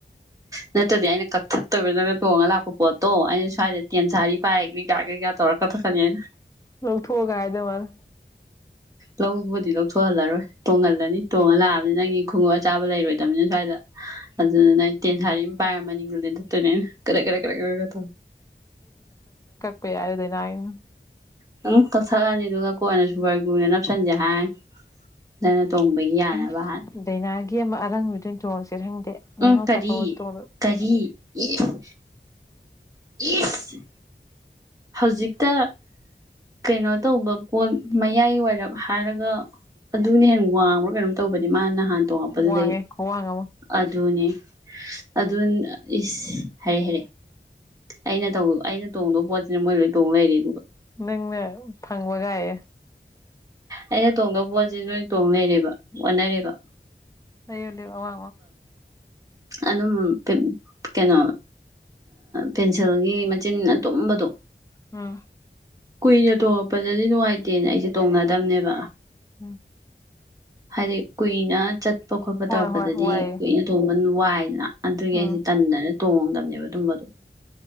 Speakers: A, on the right (about 20°); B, on the left (about 15°).
A: ꯅꯠꯇ꯭ꯔꯗꯤ ꯑꯩꯅ ꯐꯠꯇꯕꯗꯅ ꯇꯣꯡꯉꯒ ꯂꯥꯛꯄ ꯄꯣꯠꯇꯣ ꯑꯩꯅ ꯁ꯭ꯋꯥꯏꯗ ꯇꯦꯟ ꯄꯥꯏꯒꯩ ꯀꯥ ꯀꯩꯀꯥ ꯇꯧꯔꯛꯒ ꯐꯛꯀꯅꯤ ꯍꯥꯏꯅ
B: ꯂꯧꯊꯣꯛꯑꯒ ꯍꯥꯏꯗꯧ ꯃꯥꯜꯂꯦ
A: ꯂꯧꯕꯨꯗꯤ ꯂꯧꯊꯣꯛꯍꯜꯂꯔꯣꯏ ꯇꯣꯡꯍꯜꯂꯅꯤ ꯇꯣꯡꯉꯜꯂꯥꯛꯑꯕꯅꯤ ꯅꯪꯒꯤ ꯈꯣꯡꯎꯞ ꯑꯆꯥꯕ ꯂꯩꯔꯣꯏꯗꯕꯅꯤꯅ ꯁ꯭ꯋꯥꯏꯗ ꯑꯗꯨ ꯏꯦꯟ ꯁꯥꯔꯤꯝ ꯄꯥꯏ ꯅꯠꯇꯅꯦ ꯀꯔ ꯀꯔ ꯀꯔ
B: ꯄꯦꯔꯗꯅꯅ
A: ꯅꯪ ꯀꯛꯊꯛꯂꯅꯤ ꯑꯗꯨꯒ ꯀꯣꯟꯅ ꯁꯨꯕꯔꯒꯨꯅ ꯅꯞꯁꯟꯁꯦ ꯍꯥꯏꯅꯤ ꯅꯪꯅ ꯇꯣꯡꯕꯒꯤ ꯌꯥꯅꯕ
B: ꯑꯩꯁ
A: ꯍꯥꯟꯅ
B: ꯗꯥꯏꯅꯥꯒꯤ ꯑꯃ ꯑꯔꯥꯡ ꯅꯨꯃꯤꯗ ꯆꯣꯡꯉꯁꯤ ꯔ ꯍꯪꯗꯦ ꯅꯤꯡꯉꯣ
A: ꯎꯝ ꯀꯔꯤ
B: ꯆꯄ ꯇ
A: ꯀꯔꯤ ꯏꯁ ꯏꯁ ꯍꯧꯖꯤꯛꯇ ꯀꯩꯅꯣ ꯇꯧꯕ ꯄꯣꯠ ꯃꯌꯥꯏ ꯋꯥꯏꯔꯞ ꯍꯥꯏꯔꯒ ꯑꯗꯨꯅꯦ ꯍꯦ ꯋꯥꯡꯕ꯭ꯔꯥ ꯀꯩꯅꯣꯝ ꯇꯧꯕꯅꯦ ꯃꯥ ꯅꯍꯥꯟ ꯇꯣꯡꯉꯛꯄꯗꯨꯗꯩ
B: ꯋꯥꯡꯉꯦ ꯈꯨꯋꯥꯡ ꯑꯃ
A: ꯑꯗꯨꯅꯦ ꯑꯗꯨ ꯏꯁ ꯍꯥꯏꯔꯦ ꯍꯥꯏꯔꯦ ꯑꯩꯅ ꯇ ꯑꯩꯅ ꯇꯣꯡꯗꯕ ꯄꯣꯠꯁꯤꯅ ꯃꯣꯏ ꯂꯣꯏ ꯇꯣꯡ ꯂꯩꯔꯦ ꯑꯗꯨꯒ
B: ꯅꯪꯅ ꯐꯪꯕꯒꯌꯦꯦ
A: ꯑꯩꯅ ꯇꯣꯡꯗꯕ ꯄꯣꯠꯁꯤ ꯅꯣꯏ ꯇꯣꯡ ꯂꯩꯔꯦꯕ ꯑꯣꯠꯟꯅꯔꯦꯕ
B: ꯑꯌꯣ ꯂꯩ ꯑ ꯋꯥ
A: ꯑꯗꯨꯅ ꯀꯩꯅꯣ ꯄꯦꯟꯁꯤꯜꯒꯤ ꯃꯆꯤꯟ ꯑꯇꯨꯝꯕꯗꯣ
B: ꯎꯝ
A: ꯀꯨꯏꯅ ꯇꯣꯡꯉꯛꯄꯗꯗꯤ ꯅꯨꯡꯉꯥꯏꯇꯦꯅ ꯑꯩꯁꯦ ꯇꯣꯡꯅꯗꯝꯅꯦꯕ
B: ꯎꯝ
A: ꯍꯥꯏꯗꯤ ꯀꯨꯏꯅ ꯆꯠꯄ ꯈꯣꯠꯄ
B: ꯍꯣꯏ
A: ꯇꯧꯔꯛꯄꯗꯗꯤ
B: ꯍꯣꯏ ꯋꯥꯏꯌꯦ
A: ꯀꯨꯏꯅ ꯊꯣꯡꯕ ꯋꯥꯏꯗꯅ ꯑꯗꯨꯒꯤ
B: ꯎꯝ
A: ꯑꯩꯁ ꯇꯟꯗꯅ ꯇꯣꯡꯉꯝꯗꯕꯅꯦ ꯑꯗꯨꯝꯕꯗꯣ